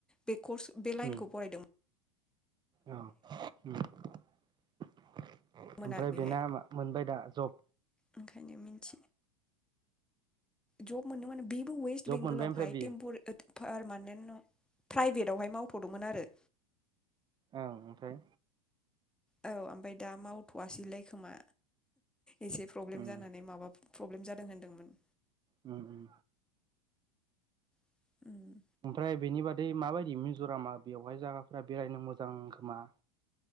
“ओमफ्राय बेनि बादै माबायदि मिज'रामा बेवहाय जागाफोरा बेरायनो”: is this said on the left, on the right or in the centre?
Right